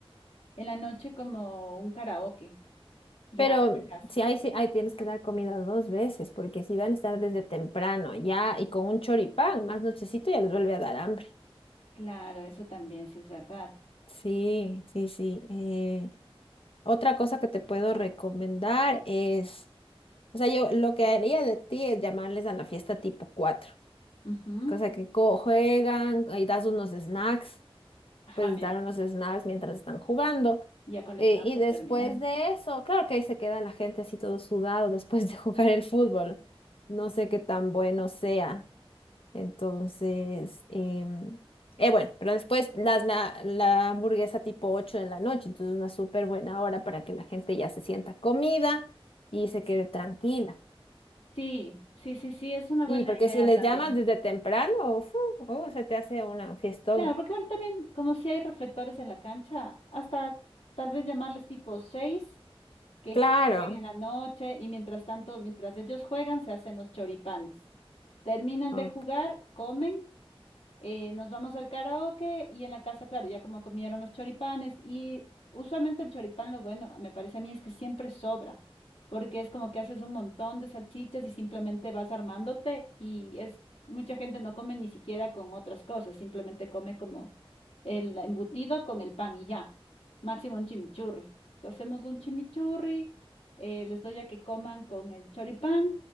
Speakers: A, on the left (about 75°); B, on the left (about 65°).
A: en la noche como un karaoke. Ya
B: Pero
A: en la casa.
B: si hay, si hay, tienes que dar comida dos veces, porque si van a estar desde temprano ya y con un choripán, más nochecito ya les vuelve a dar hambre.
A: Claro, eso también sí es verdad.
B: Sí, sí, sí. eh, otra cosa que te puedo recomendar es, o sea, yo lo que haría de ti es llamarles a la fiesta tipo cuatro
A: Ujú.
B: O sea, que co- juegan, y das unos snacks,
A: Ajá,
B: pues
A: men,
B: dar unos snacks mientras están jugando.
A: ya cuando
B: Eh,
A: están
B: y
A: por
B: después
A: terminar.
B: de eso, claro que ahí se queda la gente así todo sudado después de <laughs> jugar el fútbol. No sé qué tan bueno sea. Entonces, em, eh, bueno, pero después las, la, la hamburguesa tipo 8 de la noche, entonces una súper buena hora para que la gente ya se sienta comida y se quede tranquila.
A: Sí, sí, sí, sí, es una
B: Sí,
A: buena
B: porque
A: idea
B: si les
A: también.
B: llamas desde temprano, fu, uh, se te hace una fiesta
A: Claro, porque bueno, también como si hay reflectores en la cancha, hasta tal vez llamarles tipo seis que
B: Claro.
A: jueguen en la noche y mientras tanto, mientras ellos juegan, se hacen los choripanes. Terminan
B: Ok.
A: de jugar, comen eh, nos vamos al karaoke y en la casa, claro, ya como comieron los choripanes y usualmente el choripán, lo bueno, me parece a mí es que siempre sobra, porque es como que haces un montón de salchichas y simplemente vas armándote y es, mucha gente no come ni siquiera con otras cosas, simplemente come como el embutido con el pan y ya, máximo un chimichurri. Entonces hacemos un chimichurri, eh, les doy a que coman con el choripán